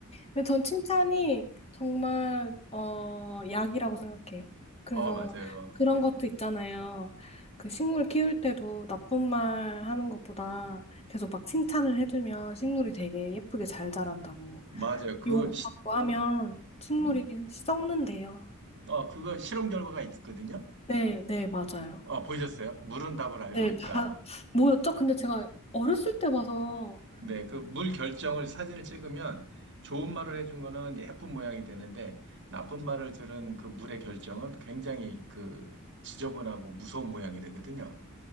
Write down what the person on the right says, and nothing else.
어, 맞아요.
맞아요. 그거,
시,
음.
어, 그거 실험 결과가 있거든요.
어, 보셨어요? 물은 답을 알고
있다,
뭐.
네, 그 물 결정을 사진을 찍으면 좋은 말을 해준 거는 예쁜 모양이 되는데 나쁜 말을 들은 그 물의 결정은 굉장히 그 지저분하고 무서운 모양이 되거든요.